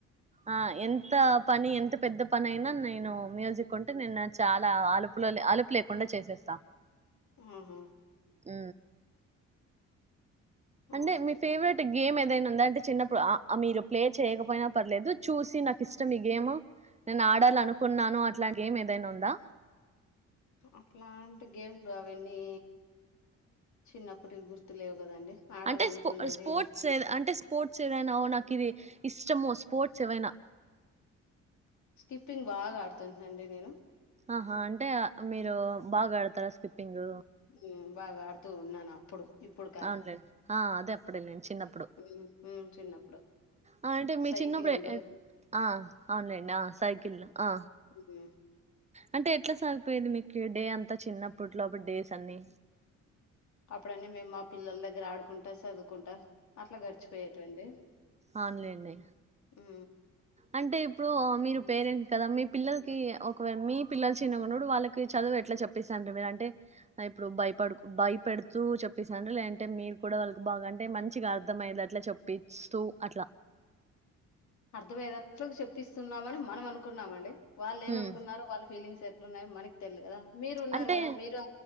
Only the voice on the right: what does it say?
ఆ ఎంత పని ఎంత పెద్ద పని అయినా నేను మ్యూజిక్ ఉంటే నేను నా చాలా అలుపులో <inaudible> అలుపు లేకుండా చేసేస్తా
ఊ అంటే
మీ ఫేవరేట్ గేమ్ ఏ దైనా ఉందా అంటే చిన్నప్పుడు ఆ మీరు ప్లే చేయకపోయినా పర్లేదు చూసి నాకు ఇష్టం ఈ గేమ్ నేను ఆడాలనుకున్నాను అట్లా గేమ్ ఏదైనా ఉందా
అంటే స్పో స్పోర్ట్స్
అంటే స్పోర్ట్స్ ఏదైనా నాకు ఇది ఇష్టము స్పోర్ట్స్ ఏవైనా
ఆహా అంటే మీరు బాగా ఆడతారా స్కిప్పింగ్
అవునులే ఆ అద ఎప్పుడేలేండి చిన్నప్పుడు
ఆ అంటే మీ
చిన్నప్పుడు ఆ అవునులెండి ఆ సైకిళ్లు ఆ
అంటే ఎట్లా సాగిపోయేది మీకు డే అంతా చిన్నప్పట్లోటి డేస్ అన్ని
అవునులేండి
అంటే ఇప్పుడు ఆ మీరు పేరెంట్ కదా మీ పిల్లలకి ఒకవేళ మీ పిల్లలు చిన్నగున్నప్పుడు వాళ్ళకి చదువు ఎట్లా చెప్పిస్తాను మీరు అంటే ఇప్పుడు భయపడు భయపేడుతూ చెప్పేస్తాను లేదంటే మీరు కూడా వాళ్ళకి అంటే మంచిగా అర్థమయ్యేటట్లు చెప్పిస్తూ అట్ల
హ్మ్.
అంటే